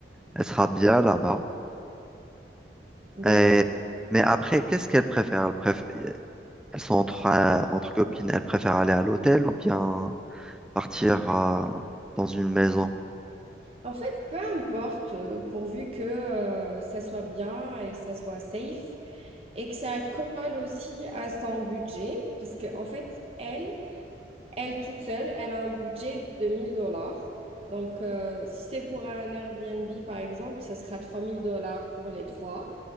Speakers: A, in the centre; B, on the right.
A: Elle sera bien là-bas.
B: D'accord.
A: Et- mais après, qu'est-ce qu'elles préfèrent? Elles, préf- elles sont entre, euh, entre copines, elles préfèrent aller à l'hôtel ou bien partir euh, dans une maison?
B: En fait, peu importe, euh, pourvu que euh, ça soit bien et ça soit safe et que ça colle aussi à son budget, parce qu'en fait, elle, Elle toute seule, elle a un budget de 1000 dollars. Donc, euh, si c'est pour un Airbnb, par exemple, ça sera 3000 dollars pour les trois.